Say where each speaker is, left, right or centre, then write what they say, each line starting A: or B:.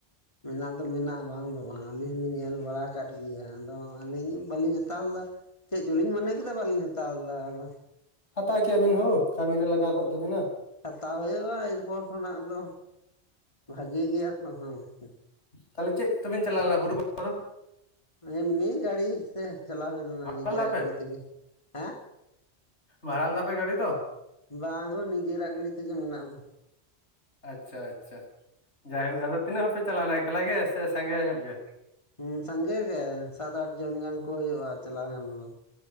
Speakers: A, on the left; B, on the left.
A: ᱢᱮᱱᱟᱜ ᱫᱚ ᱢᱮᱱᱟᱜᱼᱟ ᱵᱟᱝ ᱫᱚ ᱵᱟᱝ ᱟᱹᱞᱤᱧ ᱦᱚᱞᱤᱧ ᱧᱮᱞ ᱵᱟᱲᱟ ᱟᱠᱟᱫ ᱜᱮᱭᱟ। ᱟᱫᱚ ᱟᱹᱞᱤᱧ ᱵᱟᱹᱞᱤᱧ ᱦᱟᱛᱟᱣ ᱞᱮᱫᱟ ᱪᱮᱫ ᱪᱚᱞᱤᱧ ᱢᱚᱱᱮ ᱠᱮᱫᱟ ᱵᱟᱹᱞᱤᱧ ᱦᱟᱛᱟᱣ ᱞᱮᱫᱟ ᱟᱫᱚ।
B: ᱦᱟᱛᱟᱣ ᱠᱮᱭᱟᱵᱤᱱ ᱦᱳ᱾ ᱠᱟᱹᱢᱤ ᱨᱮ ᱞᱟᱜᱟᱣ ᱠᱚᱜ ᱛᱟᱹᱵᱤᱱᱟ।
A: ᱦᱟᱛᱟᱣ ᱦᱩᱭᱩᱜᱼᱟ ᱮᱨᱯᱚᱨ ᱠᱷᱚᱱᱟᱜ ᱫᱚ ᱵᱷᱟᱜᱤ ᱜᱮᱭᱟ ᱛᱚ᱾ ᱦᱚᱸ ᱦᱚᱸ
B: ᱛᱟᱦᱟᱞᱮ ᱪᱮᱫ ᱠᱚ ᱛᱮᱵᱮᱱ ᱪᱟᱞᱟᱣ ᱞᱮᱱᱟ ᱵᱩᱨᱩ ᱯᱟ <unintelligible> ᱫᱚ?
A: ᱮᱢᱱᱤ ᱜᱟᱹᱰᱤ ᱛᱮ ᱪᱟᱞᱟᱣ ᱦᱩᱭ ᱞᱮᱱᱟ
B: ᱵᱷᱟᱲᱟ
A: ᱱᱤᱡᱮᱨᱟᱜ
B: ᱞᱮᱫᱟᱯᱮ
A: ᱜᱟᱹᱰᱤ ᱛᱮᱜᱮ᱾ ᱦᱮᱸ
B: ᱵᱷᱟᱲᱟ ᱞᱮᱫᱟ ᱯᱮ ᱜᱟᱹᱰᱤ ᱫᱚ?
A: ᱵᱟᱝ ᱦᱚᱸ ᱱᱤᱡᱮᱨᱟᱜ ᱜᱟᱹᱰᱤ ᱛᱮᱜᱮ ᱢᱮᱱᱟᱜ ᱫᱚ।
B: ᱟᱪᱪᱷᱟ ᱟᱪᱪᱷᱟ, ᱡᱟᱭᱦᱳᱠ ᱟᱫᱚ ᱛᱤᱱᱟᱹᱜ ᱦᱚᱲᱯᱮ ᱪᱟᱞᱟᱣ ᱞᱮᱱᱟᱭ ᱮᱠᱮᱞᱟ ᱜᱮ ᱥᱮ ᱥᱟᱸᱜᱮ ᱧᱚᱜ ᱜᱮ?
A: ᱦᱩᱸ ᱥᱟᱸᱜᱮ ᱜᱮ ᱥᱟᱛ ᱟᱴ ᱡᱚᱱ ᱜᱟᱱ ᱠᱚ ᱦᱩᱭᱩᱜᱼᱟ ᱪᱟᱞᱟᱣ ᱠᱟᱱᱟᱞᱮ